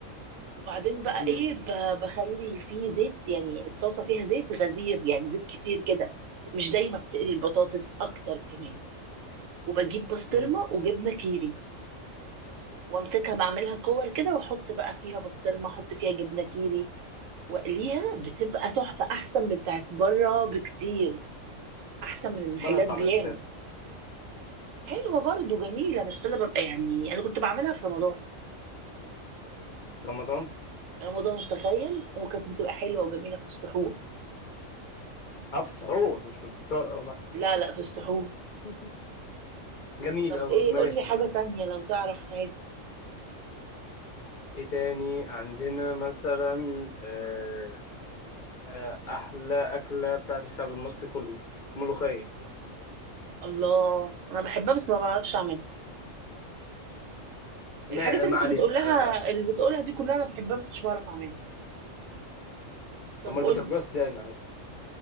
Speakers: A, on the right; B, on the left.
A: وبعدين بقى
B: امم
A: ايه ب... بخلي فيه زيت يعني الطاسه فيها زيت غزير يعني زيت كتير كده مش زي ما بتقلي البطاطس اكتر كمان وبجيب بسطرمه
B: امم
A: وجبنه كيري وامسكها بعملها كور كده واحط بقى فيها بسطرمه احط فيها جبنه كيري واقليها بتبقى تحفه احسن من بتاعت بره بكتير احسن من المحلات
B: مالها الطعميه
A: بياما
B: الساده
A: حلوه برضه جميله بس انا ببقى يعني انا كنت بعملها في رمضان
B: رمضان
A: رمضان تخيل وكانت بتبقى حلوه وجميله في السحور
B: اه في السحور مش في الفطار اه
A: لا لا في السحور
B: بس <laughs> جميل
A: طب
B: أوي
A: ايه
B: ماشي
A: قول لي حاجه تانية لو تعرف حاجه
B: ايه تاني عندنا مثلا آه، آه، احلى اكله بتاعت الشعب المصري كله ملوخيه
A: الله انا بحبها بس ما بعرفش اعملها الحاجات
B: ما
A: اللي
B: ما
A: انت
B: علينا
A: بتقولها
B: آه،
A: اللي بتقولها دي كلها انا بحبها بس مش بعرف اعملها طب
B: امال
A: قول
B: بتاكلوها
A: لي
B: ازاي معلش